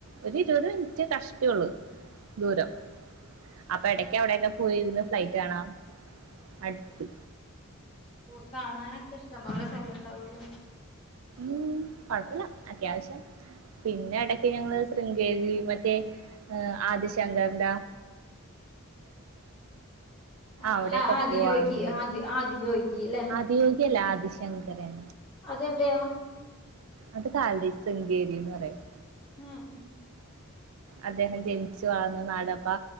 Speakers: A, on the right (about 70°); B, on the left (about 25°).
A: ഒരു ഇരുപത് മിനിറ്റ് കഷ്ട്ടിയേ ഉള്ളു ദൂരം അപ്പൊ എടക്ക് അവിടെയൊക്കെ പോയിരുന്ന് ഫ്ലൈറ്റ് കാണാ അടുത്ത്
B: പൂവ് കാണാനൊക്കെ ഇഷ്ടം പോലെ സ്ഥലം ഇണ്ടാവല്ലോ
A: ഉം കൊഴപ്പില്ല അത്യാവശ്യം പിന്നെ ഇടക്ക് ഞങ്ങള് ശൃംഗേരി മറ്റേ ആദിശങ്കരൻ്റെ
B: ആഹ്
A: അവിടെയൊക്കെ
B: ആ ആദ്യ
A: പോവാറുണ്ട്
B: യോഗി ആദ്യ ആദ്യ യോഗി ഗില്ലേ
A: ആദിയോഗിയല്ല ആദിശങ്കരൻ
B: അതെവിടെയാ
A: അത് കാലടി ശൃങ്കേരീന്ന് പറയും
B: ഉം
A: അദ്ദേഹം ജനിച്ചു വളർന്ന നാട് അപ്പാ